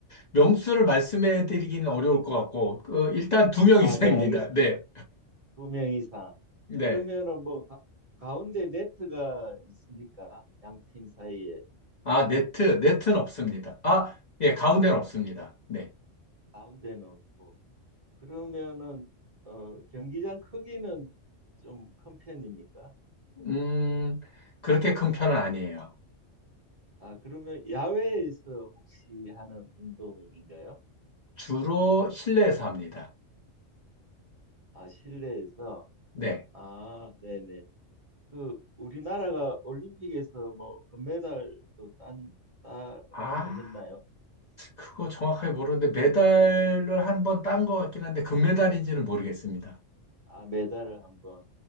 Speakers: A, on the left; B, on the right.
A: 명수를 말씀해 드리기는 어려울 것 같고, 그, 일단 두 명
B: 아,
A: <laughs> 이상입니다.
B: 네, 알겠습니다.
A: 네,
B: 두 명 이상.
A: 네.
B: 그러면은 뭐 가, 가운데 네트가 있습니까? 양팀 사이에.
A: 아, 네트, 네트는 없습니다. 아, 예, 가운데는
B: 아,
A: 없습니다. 네.
B: 가운데는 없고. 그러면은 어, 경기장 크기는 좀 큰 편입니까?
A: 음, 그렇게 큰 편은 아니에요.
B: 아, 그러면 야외에서 혹시 하는 운동인가요?
A: 주로 실내에서 합니다.
B: 아, 실내에서.
A: 네.
B: 아, 네네. 그 우리나라가 올림픽에서 뭐 금메달도 딴 따기도
A: 아,
B: 했나요?
A: 그거 정확하게 모르는데, 메달을 한 번 딴 것 같긴 한데, 금메달인지는 모르겠습니다.
B: 아, 메달을 한번.